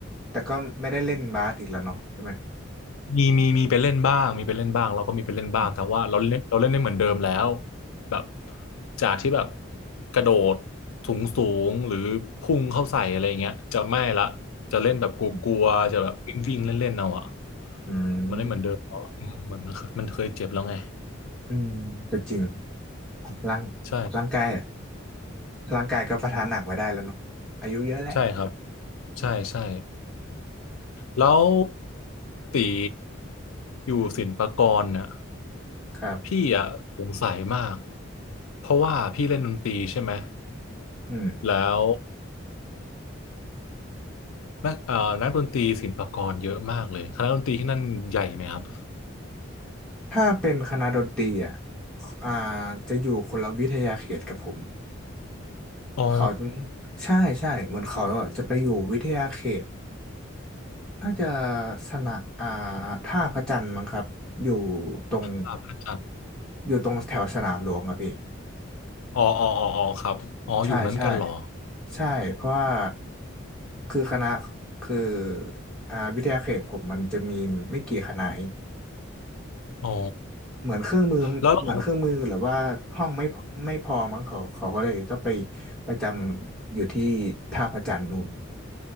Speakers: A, in the centre; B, on the left (about 85°).
A: แต่ก็ไม่ได้เล่นบาสอีกแล้วเนาะใช่ไหม
B: <laughs> มีมีมีไปเล่นบ้างมีไปเล่นบ้างเราก็มีไปเล่นบ้างแต่ว่าเราเล่นเราเล่นได้เหมือนเดิมแล้ว
A: อืม
B: แบบจากที่แบบกระโดดสูงสูงหรือพุ่งเข้าใส่อะไรเงี้ยจะไม่ละจะเล่นแบบกลัวๆจะแบบวิ่งวิ่งเล่นเล่นๆเอาอ่ะ
A: อืมอืม
B: มันไม่เหมือนเดิมแล้วอะอืมเหมือนมันเคยมันเคยเจ็บแล้วไง
A: อืมก็จริงร่าง
B: ใช่
A: ร่างกายร่างกายก็ประทานหนักไม่ได้แล้วเนาะอายุเยอะแล้ว
B: ใช่ครับใช่ใช่ แล้วตีอยู่ศิลปากรเนี่ย
A: ครับ
B: พี่อะสงสัยมากเพราะว่าพี่เล่นดนตรีใช่ไหม
A: อืม
B: แล้วนักเอ่อนักดนตรีศิลปากรเยอะมากเลยคณะดนตรีที่นั่นใหญ่ไหมครับ
A: ถ้าเป็นคณะดนตรีอ่ะอ่าจะอยู่คนละวิทยาเขตกับผม
B: อ๋อ
A: เขาจะใช่ใช่เหมือนเขาอะจะไปอยู่วิทยาเขตน่าจะสนะอ่าท่าพระจันทร์มั้งครับอยู่ตรง
B: ครับอาจารย์
A: อยู่ตรงแถวสนามหลวงอะพี่
B: อ๋ออ๋ออ๋ออ๋อครับอ๋ออยู่นั้นกันเหรอ
A: ใช่ใช่ใช่เพราะว่าคือคณะคืออ่าวิทยาเขตผมมันจะมีไม่กี่คณะเอง
B: อ๋อ
A: เหมือนเครื่องมือเหมือนเครื่องมือหรือว่าห้องไม่พอไม่พอมั้งเขาเขาก็เลยต้องไป
B: แล้วของ
A: ประจำอยู่ที่ท่าพระจันทร์นู่น